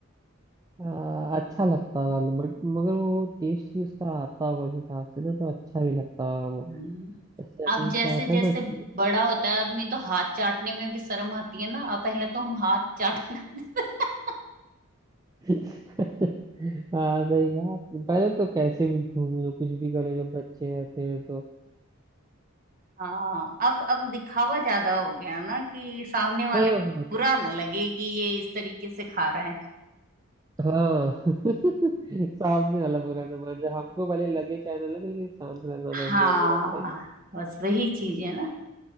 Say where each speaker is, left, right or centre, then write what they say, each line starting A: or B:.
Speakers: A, on the right; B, on the right.
A: आ, अच्छा लगता होगा बट मगर वो टेस्ट भी उसका आता होगा उस हिसाब से ना तो अच्छा भी लगता होगा वो
B: हम्म,
A: जैसे अभी
B: अब जैसे
A: क्या होता
B: जैसे
A: है ना कि
B: बड़ा होता है आदमी तो हाथ चाटने में भी शर्म आती है ना अब पहले तो हम हाथ चाट <laughs>
A: <laughs> हाँ सही कहा आपने। पहले तो कैसे भी घूम लो कुछ भी कर लो जब बच्चे रहते हैं तो
B: हाँ अब अब दिखावा ज्यादा हो गया ना कि सामने वाले
A: हाँ
B: को
A: हाँ
B: बुरा ना लगे कि ये इस तरीके से खा रहा है
A: हाँ। <laughs> सामने वाला बुरा ना मान जाए हमको भले लगे चाहे ना लगे लेकिन सामने वाला ना
B: हाँ
A: मान जाए बुरा सही
B: बस वही चीज है ना